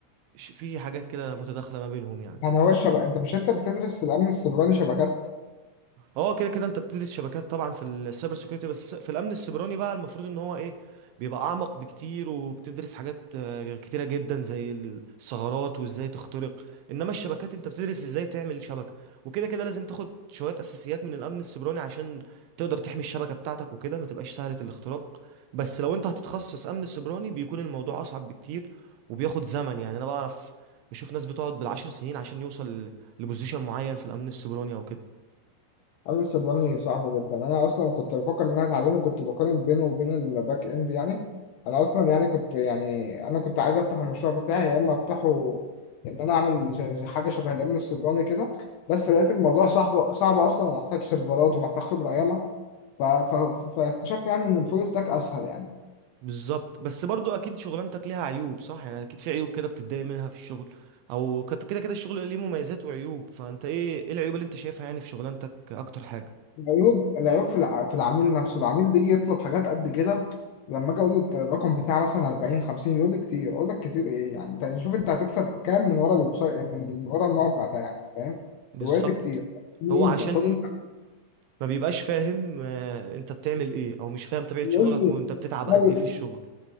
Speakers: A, on the right (about 80°); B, on the left (about 75°).
A: ش- في حاجات كده متداخله ما بينهم يعني
B: يعني هو الشبكه انت مش انت بتدرس في الامن السيبراني شبكات
A: هو كده كده انت بتدرس شبكات طبعا في السايبر سيكيورتي بس في الامن السيبراني بقى المفروض ان هو ايه بيبقى اعمق بكتير وبتدرس حاجات آه، كتيره جدا زي الثغرات وازاي تخترق انما الشبكات انت بتدرس ازاي تعمل شبكه وكده كده لازم تاخد شويه اساسيات من الامن السيبراني عشان تقدر تحمي الشبكه بتاعتك وكده ما تبقاش سهله الاختراق بس لو انت هتتخصص امن سيبراني بيكون الموضوع اصعب بكتير وبياخد زمن يعني انا بعرف بشوف ناس بتقعد بالعشر سنين عشان يوصل لبوزيشن معين في الامن السيبراني او كده
B: اليس الرمي صعب جدا انا اصلا كنت بفكر ان انا اتعلمه كنت بقارن بينه وبين الباك اند يعني انا اصلا يعني كنت يعني انا كنت عايز افتح المشروع بتاعي يا اما افتحه ان انا اعمل ش- ش- حاجه شبه الامن السيبراني كده بس لقيت الموضوع صعب صعب اصلا ومحتاج سيرفرات ومحتاج خبره ياما ف- ف- فاكتشفت يعني ان الفول ستاك اسهل يعني
A: بالظبط بس برضو اكيد شغلانتك ليها عيوب صح يعني اكيد في عيوب كده بتتضايق منها في الشغل او كت- كده كده الشغل ليه مميزات وعيوب فانت ايه ايه العيوب اللي انت شايفها يعني في شغلانتك اكتر حاجة
B: العيوب العيوب في الع... في العميل نفسه العميل بيجي يطلب حاجات قد كده لما اجي اقول له الرقم بتاعي مثلا 40 50 يقول لي كتير اقول لك كتير ايه يعني انت شوف انت هتكسب كام من ورا الويب سايت من من ورا الموقع ده يعني فاهم
A: بالظبط
B: هو قال لي كتير خد
A: هو
B: انت
A: عشان
B: خد انت
A: ما بيبقاش فاهم آه، انت بتعمل ايه او مش فاهم طبيعة
B: يقول
A: شغلك
B: لي
A: وانت بتتعب
B: لا،
A: قد ايه في الشغل